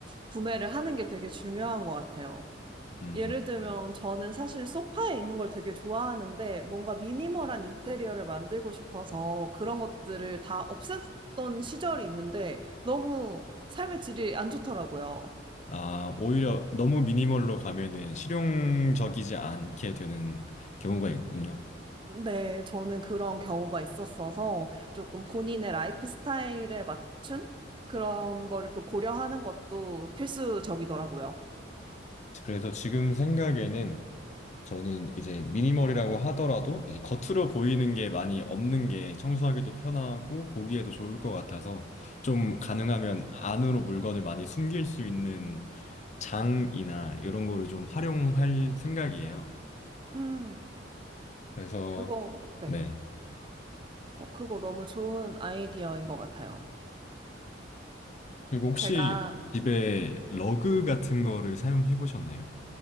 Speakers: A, on the right; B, on the left.
A: 구매를 하는 게 되게 중요한 것 같아요.
B: 네.
A: 예를 들면 저는 사실 소파에 있는 걸 되게 좋아하는데 뭔가 미니멀한 인테리어를 만들고 싶어서 그런 것들을 다 없앴던 시절이 있는데 너무 삶의 질이 안 좋더라고요.
B: 아, 오히려 너무 미니멀로 가면은 실용적이지 않게 되는 경우가 있군요.
A: 네, 저는 그런 경우가 있었어서 조금 본인의 라이프 스타일에 맞춘 그런 거를 또 고려하는 것도 필수적이더라고요.
B: 그래서 지금 생각에는 저는 이제 미니멀이라고 하더라도 이제 겉으로 보이는 게 많이 없는 게 청소하기도 편하고 보기에도 좋을 것 같아서 좀 가능하면 안으로 물건을 많이 숨길 수 있는 장이나 이런 거를 좀 활용할 생각이에요.
A: 음,
B: 그래서
A: 그거, 네.
B: 네.
A: 어, 그거 너무 좋은 아이디어인 것 같아요.
B: 그리고 혹시
A: 제가
B: 집에 러그 같은 거를 사용해 보셨나요?